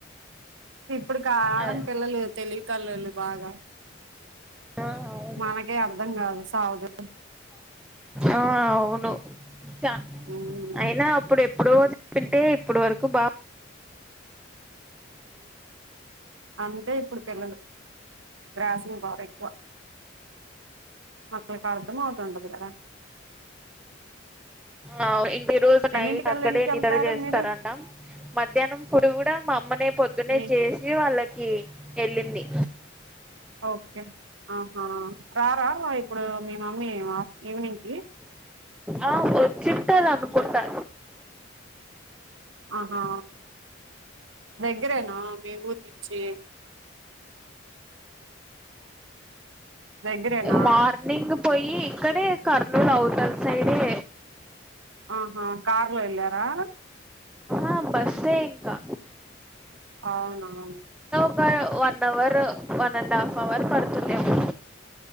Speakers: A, on the right; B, in the centre.
A: ఇప్పుడు కాలం
B: ఆ
A: పిల్లలు తెలివి కళ్ళలు బాగ
B: అవును
A: మనకే అర్థం కాదు సావదు
B: ఆ అవును చ
A: ఉమ్
B: అయినా అప్పుడె అప్పుడో చెప్పింటే ఇప్పుడు వరకు బా
A: అంతె ఇప్పుడు పిల్లలు బ్రాసింగ్ పవర్ ఎక్కువ వాళ్లకు అర్థమవుతుంటుంది కదా
B: ఆ ఇంక ఈ రోజు
A: ఎన్నింటికల్లా
B: నైట్ అక్కడే
A: ఇంటికెళ్తారు
B: నిద్ర చేస్తారంట
A: మీరు
B: మధ్యాహ్నం ఇప్పుడు కూడ మా అమ్మనే పొద్దునే
A: మీ
B: చేసి వాళ్ళకి వెళ్ళింది
A: ఓకే ఆహా రారా ఇప్పుడు మీ మమ్మీ ఈవినింగ్ కి
B: ఆ వచ్చిట్టాలు అనుకుంటా
A: అహా దగ్గరేన మీ ఊరి నుంచి దగ్గరేనా
B: ఇగ మార్నింగ్ పోయి ఇక్కడే కర్నూల్ అవ్తల్ సైడే
A: ఆహా కార్లో ఎళ్ళారా?
B: ఆ బస్సే ఎక్కా
A: అవునా
B: ఒక one hour one, and half hour పడుతుందేమో